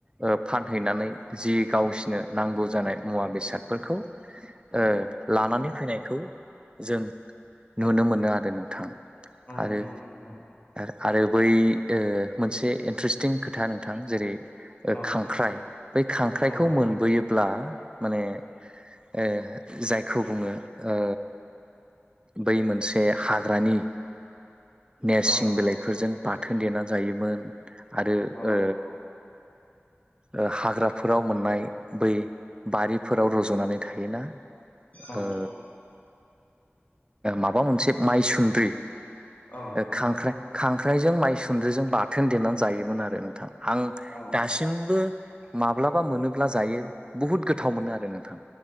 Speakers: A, on the right; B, on the left.
A: ओ फानहैनानै जि गावसिनो नांगौ जानाय मुवा बेसादफोरखौ ओ लानानै ओ फैनायखौ जों नुनो मोनो आरो नोंथां।
B: ओं
A: आरो
B: नोंगौ नोंथां।
A: आरो बै ओ मोनसे इन्ट्रेस्टिं खोथा नोंथां जेरै ओ
B: औ
A: खांख्राइ बै खांख्राइखौ
B: औ
A: मोनबोयोब्ला माने ओ जायखौ बुङो ओ बै मोनसे हाग्रानि नेरसिं
B: औ
A: बिलाइफोरजों बाथोन देनानै जायोमोन आरो
B: औ
A: ओ ओ हाग्राफोराव मोननाय बै बारिफोराव रज'नानै थायोना
B: औ
A: ओ माबा मोनसे माइसुन्द्रि
B: औ
A: खांख्रा खांख्राइ ख्रायजों माइ सुन्द्रिजों बाथोन देनानै जायोमोन आरो नोंथां आं
B: औ
A: दासिमबो
B: औ
A: माब्लाबा मोनोब्ला जायो बुहुत गो थाव मोनो आरो नोंथां